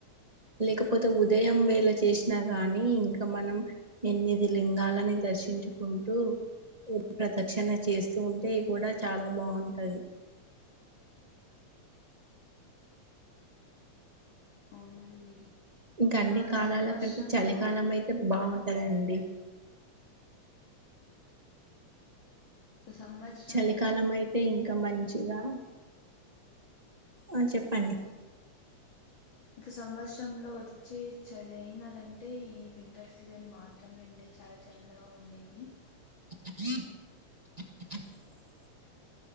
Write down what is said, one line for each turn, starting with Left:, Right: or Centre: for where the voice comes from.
Right: లేకపోతే ఉదయం వేళ చేసినా గానీ, ఇంక మనం ఎనిమిది లింగాలని దర్శి శించుకుంటూ ఓ ప్రదక్షణ చేస్తూ ఉంటే కూడా చాలా బాగుంటది
Left: అవునండి
Right: ఇంకా
Left: ఇక
Right: అన్ని కాలాల
Left: సంవత్సరంలో
Right: కంటే చలికాలం అయితే బా కదండి
Left: ఇక సంవత్సరంలో
Right: చలికాలం అయితే ఇంకా మంచిగా ఆ చెప్ పండి
Left: ఇక సంవత్సరంలో వచ్చే చలైనదంటే ఈ వింటర్ సీజన్ మాత్రమే అండి చాలా చల్లగా ఉండేది.
Right: అ